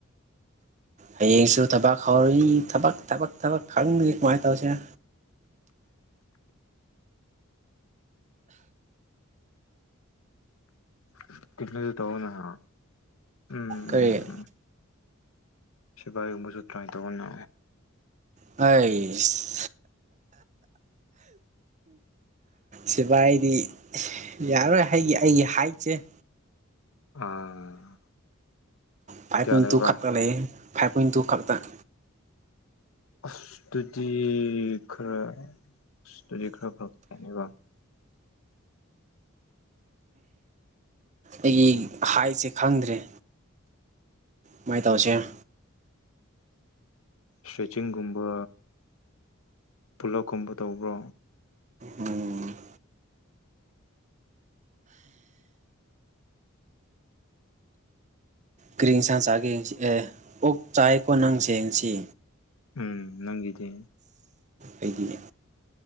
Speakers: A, on the right; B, on the left.
A: ꯍꯌꯦꯡꯁꯨ ꯊꯕꯛ ꯍꯧꯔꯅꯤ ꯊꯕꯛ ꯊꯕꯛ ꯊꯕꯛ ꯈꯪꯗ꯭ꯔꯤ ꯀꯃꯥꯏ ꯇꯧꯁꯤꯔꯥ
B: <unintelligible> ꯇꯧꯋꯣꯅ ꯎꯝ
A: ꯀꯔꯤ
B: ꯁꯤꯕꯥꯏ ꯒꯨꯝꯕꯁꯨ ꯇ꯭ꯔꯥꯏ ꯇꯧꯑꯣꯅ
A: ꯍꯥꯏꯁ ꯁꯤꯕꯥꯏꯗꯤ ꯌꯥꯔꯣꯏ ꯑꯩꯒꯤ ꯑꯩꯒꯤ ꯍꯥꯏꯠꯁꯦ
B: ꯑꯥ
A: ꯐꯥꯏꯚ
B: ꯀꯌꯥ
A: ꯄꯣꯏꯟ
B: ꯂꯩꯕ
A: ꯇꯨ ꯈꯛꯇ ꯂꯩꯌꯦ ꯐꯥꯏꯚ ꯄꯣꯏꯟ ꯇꯨ ꯈꯛꯇꯪ
B: ꯑꯁ ꯇꯨꯗꯤ ꯈꯔ ꯥ ꯑꯁ ꯇꯨꯗꯤ ꯈꯔꯥ ꯐꯔꯛꯇꯅꯦꯕ
A: ꯑꯩꯒꯤ ꯍꯥꯏꯠꯁꯦ ꯈꯪꯗ꯭ꯔꯦ ꯀꯃꯥꯏ ꯇꯧꯁꯤꯌꯦ
B: ꯁꯣꯏꯆꯤꯟꯒꯨꯝꯕ ꯄꯨꯂꯞꯀꯨꯝꯕ ꯇꯧꯕ꯭ꯔꯣ
A: ꯎꯝ ꯀꯔꯤꯏꯟꯁꯥꯡ ꯆꯥꯒꯦ ꯉꯁꯤ ꯑꯦ ꯑꯣꯛ ꯆꯥꯏꯀꯣ ꯅꯪꯁꯦ ꯉꯁꯤ
B: ꯎꯝ ꯅꯪꯒꯤꯗꯤ
A: ꯑꯩꯗꯤꯅꯦ